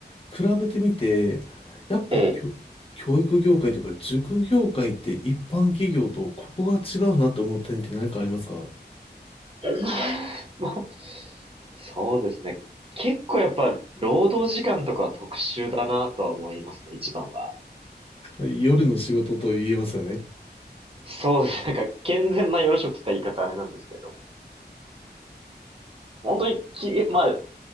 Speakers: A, on the left; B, on the right.
A: 比べてみて、やっぱ教、
B: ええ。
A: きょ教育業界というか、塾業界って一般企業と、ここが違うなって思った点って何かありますか
B: <laughs> もうそうですね。結構やっぱ労働時間とかは特殊だなとは思いますね、一番は。
A: 夜の仕事と言えますよね。
B: そうですね。なんか健全な夜職って言ったら言い方あれなんですけれども。本当にき、まあ、